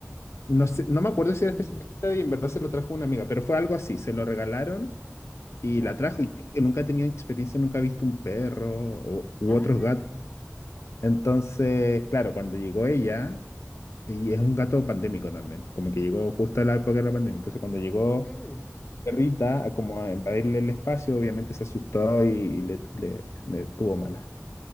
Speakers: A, on the left; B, on the left.
A: no sé, no me
B: Mm,
A: acuerdo si era específicamente y en verdad se lo trajo una amiga, pero fue algo así, se lo regalaron y
B: ya.
A: la trajo y creo que nunca ha tenido experiencia, nunca ha visto un perro o, u
B: Ah,
A: otros gatos. Entonces, claro, cuando llegó ella, y es un gato pandémico también, como que llegó justo a la época de la pandemia, entonces cuando llegó
B: mm.
A: Perrita, a como a invadirle el espacio, obviamente se asustó y, y le, le- le tuvo mala.